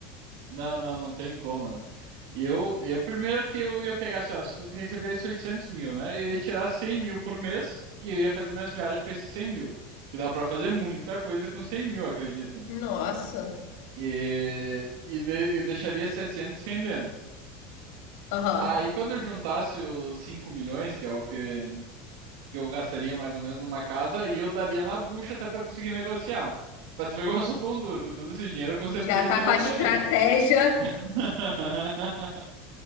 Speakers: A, on the right; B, on the left.
A: Não, não, não tem como, né? Eu, eu primeiro que eu ia pegar, assim, ó, se eu recebesse 800 mil, né? Eu ia tirar 100 mil por mês e eu ia fazer minhas viagens com esses 100 mil. E dá pra fazer muita coisa com 100 mil, eu acredito.
B: Nossa,
A: E, e de- eu deixaria 700 rendendo.
B: aham.
A: Aí quando eu juntasse os 5 milhões, que é o que que eu gastaria mais ou menos numa casa, aí eu daria na bucha até pra conseguir negociar. Pra tu ver como eu sou pão duro, com todo esse dinheiro eu com certeza
B: Já tá
A: eu negociaria.
B: com a estratégia.
A: <laughs>